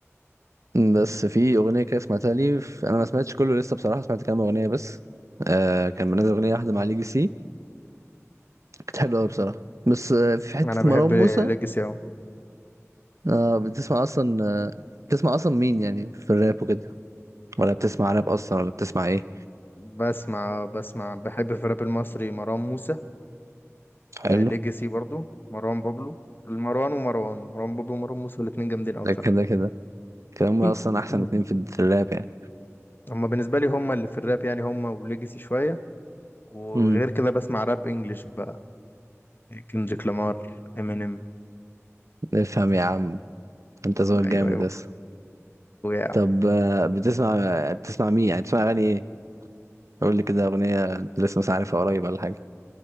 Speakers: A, on the right (about 75°); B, on the left (about 40°).
A: بس في اغنيه كده سمعتها لي ف- انا ما سمعتش كله لسه بصراحه سمعت كام اغنيه بس آه كان منزل اغنيه واحده مع ليجي سي كانت حلوه قوي بصراحه بس آه في حته
B: انا بحب
A: مروان موسى
B: ليجاسي اهو
A: آه بتسمع اصلا آه بتسمع اصلا مين يعني في الراب وكده ولا بتسمع راب اصلا ولا بتسمع ايه
B: بسمع بسمع بحب في الراب المصري مروان موسى
A: حلو
B: ليجاسي برضو مروان بابلو المروان ومروان مروان بابلو ومروان موسى الاتنين جامدين
A: ده
B: قوي بصراحة
A: كده كده كده هم
B: إيه.
A: اصلا احسن
B: مم.
A: اتنين في في الراب يعني
B: هما بالنسبة لي هما اللي في الراب يعني هما وليجاسي شوية وغير
A: امم
B: كده بسمع راب انجلش بقى كندريك لامار امينيم
A: افهم يا عم انت ذوقك
B: ايوه
A: جامد
B: يابا
A: يس
B: ويا
A: طب آه بتسمع بتسمع مين يعني بتسمع اغاني ايه قول لي كده اغنيه انت لسه مش عارفها قريب ولا حاجه